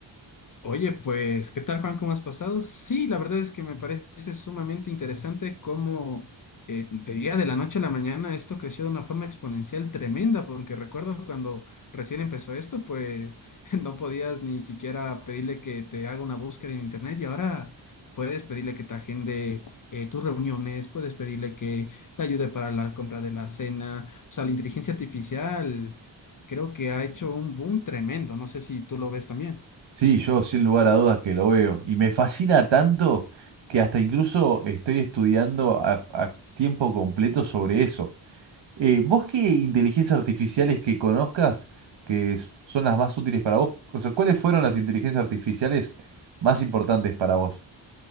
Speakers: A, on the left; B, on the right.
A: Oye, pues, ¿qué tal, Juan? ¿Cómo has pasado? Sí, la verdad es que me parece sumamente interesante cómo eh, de día de la noche a la mañana esto creció de una forma exponencial tremenda, porque recuerdo cuando recién empezó esto, pues <laughs> no podías ni siquiera pedirle que te haga una búsqueda en internet y ahora puedes pedirle que te agende eh, tus reuniones, puedes pedirle que te ayude para la compra de la cena, o sea, la inteligencia artificial creo que ha hecho un boom tremendo, no sé si tú lo ves también.
B: Sí, yo sin lugar a dudas que lo veo. Y me fascina tanto que hasta incluso estoy estudiando a, a tiempo completo sobre eso. Eh, ¿vos qué inteligencias artificiales que conozcas que s- son las más útiles para vos? O sea, ¿cuáles fueron las inteligencias artificiales más importantes para vos?